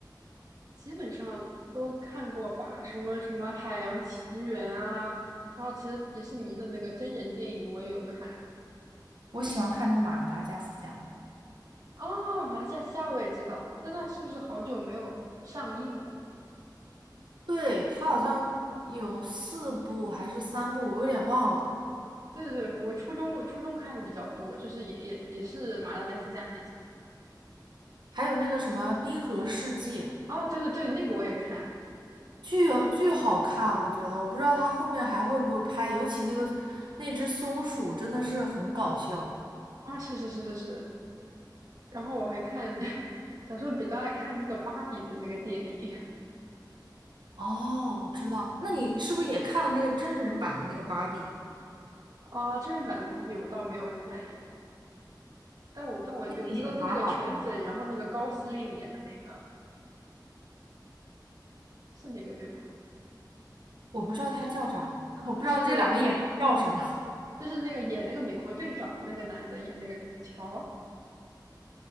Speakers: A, on the right; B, on the right.
A: 基本上都看过吧，什么什么《海洋奇缘》啊，然后其实迪士尼的那个真人电影我也有看。
B: 我喜欢看那个《马达加斯加》，
A: 哦，马来加斯加我也知道，但那是不是好久没有上映了？
B: 对，它好像有四部还是三部，我有点忘了。
A: 对对对，我初中我初中看的比较多，就是也也也是马达加斯加那几部。
B: 还有那个什么《冰河世纪》，
A: 啊，对对对，那个我也看
B: 巨巨好看，我觉得。我不知道它后面还会不会拍，尤其那个那只松鼠真的是很搞笑。
A: 啊，是是是是是。然后我还看，<laughs> 小时候比较爱看那个芭比的那个电影
B: 哦，我知道，那你是不是也看了那个真人版的那个芭比？
A: 啊，真人版的芭比我倒没有看耶。但我但我我知道就是那个全粉，
B: 那个也蛮好看。
A: 然后那个高司令演的那个是那个对吧？
B: 我不知道他叫啥，<laughs> 我不知道这两个演员叫什么。
A: 就是
B: <laughs>
A: 就是那个演那个美国队长的那个男的演那个乔，